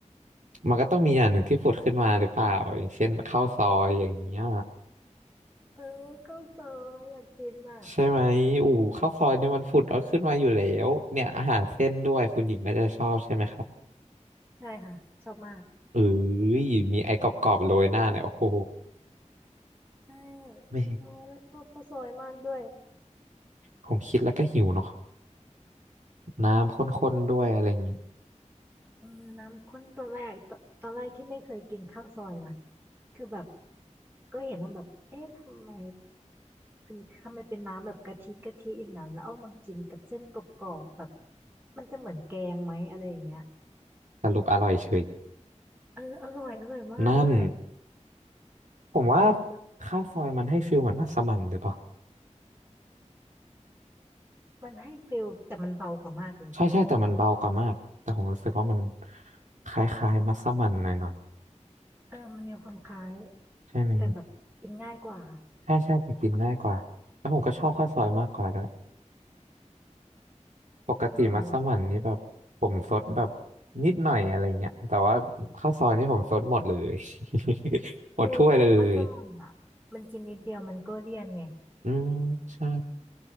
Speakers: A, on the right; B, on the right.
A: มันก็ต้องมีอย่างหนึ่งที่ผุดขึ้นมาหรือเปล่าอย่างเช่นข้าวซอยอย่างเงี้ย
B: เออข้าวซอยอยากกินอ่ะ
A: ใช่ไหมอู๋ข้าวซอยเนี่ยมันผุดเอาขึ้นมาอยู่แล้วเนี่ยอาหารเส้นด้วยคุณหญิงน่าจะชอบใช่ไหมครับ
B: ใช่ค่ะชอบมาก
A: เอ้ยมีไอ้กรอบๆโรยหน้าเนี่ยโอ้โห
B: ใช่
A: ไม่
B: เออแล้วชอบข้าวซอยมากด้วย
A: ผมคิดแล้วก็หิวเนาะน้ำข้นๆด้วยอะไรอย่างนี้
B: เออน้ำข้นตอนแรกตตอนแรกที่ไม่เคยกินข้าวซอยนะคือแบบก็เห็นว่าแบบเอ๊ะทำไมคือทำไมเป็นน้ำแบบกะทิกะทิอย่างนั้นแล้วเอามากินกับเส้นกรอบๆแบบมันจะเหมือนแกงไหมอะไรอย่างเงี้ย
A: สรุปอร่อยเฉย
B: เอออร่อยอร่อยมากด้วย
A: นั่นผมว่า
B: แบบ
A: ข้าวซอยมันให้ฟิลเหมือนมัสมั่นหรือเปล่า
B: มันให้ฟิลแต่มันเบากว่ามากเลย
A: ใช่ใช่แต่มันเบากว่ามากแต่ผมรู้สึกว่ามันคล้ายๆมัสมั่นหน่อย
B: เออมันมีความคล้าย
A: ๆใช่ไหม
B: แต่แบบกินง่ายกว่า
A: ใช่ใช่แต่กินง่ายกว่าแล้วผมก็ชอบข้าวซอยมากกว่าด้วย ปกติมัสมั่นนี่แบบผมซดแบบ
B: อร่อย
A: นิดหน่อยอะไรเงี้ยแต่ว่าข้าวซอยนี่ผมซดหมดเลย <laughs> หมดถ้วยเลย
B: คือมัสมั่นอ่ะมันกินนิดเดียวมันก็เลี่ยนไง
A: อืมใช่